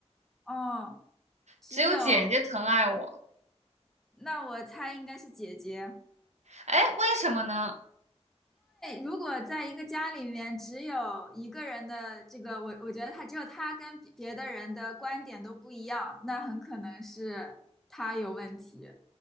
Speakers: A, in the centre; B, on the right.
A: 哦，只有
B: 只有姐姐疼爱我。
A: 那我猜应该是姐姐。
B: 哎，为什么呢？
A: 如果在一个家里面只有一个人的这个，我我觉得他只有他跟别别的人的观点都不一样，那很可能是他有问题。